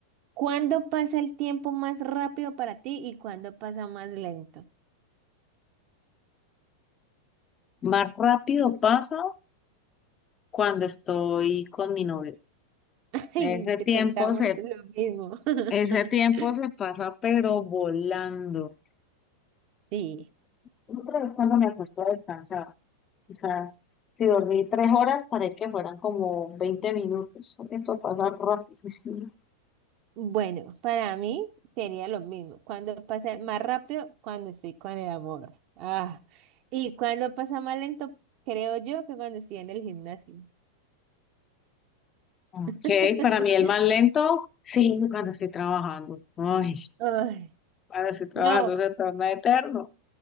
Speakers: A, on the right; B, on the left.
A: ¿Cuándo pasa el tiempo más rápido para ti y cuándo pasa más lento?
B: más rápido pasa cuando estoy con mi novio.
A: <laughs> Y
B: Ese
A: te
B: tiempo
A: pensamos
B: se,
A: lo mismo. <laughs>
B: ese tiempo se pasa pero volando.
A: Sí.
B: Otra vez cuando me acosté a descansar, o sea, si dormí tres horas, parece que fueran como 20 minutos. Eso pasa rapidísimo.
A: Bueno, para mí sería lo mismo. Cuando pasa más rápido, cuando estoy con el amor. Ah, y cuando pasa más lento, creo yo que cuando estoy en el gimnasio.
B: Ok,
A: <laughs>
B: para mí el más lento, sí, cuando estoy trabajando. Ay,
A: Ay,
B: cuando estoy trabajando
A: no,
B: se torna eterno.